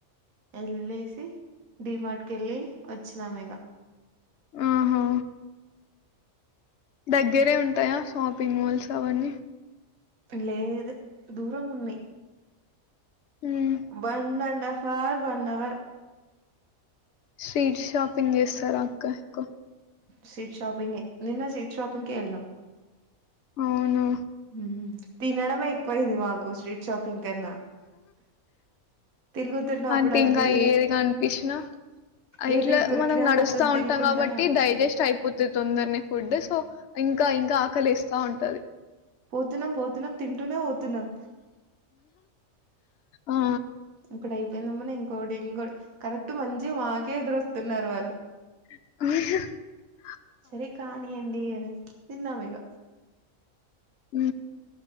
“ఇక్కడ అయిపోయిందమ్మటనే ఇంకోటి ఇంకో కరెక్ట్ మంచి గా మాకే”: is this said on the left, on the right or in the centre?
Right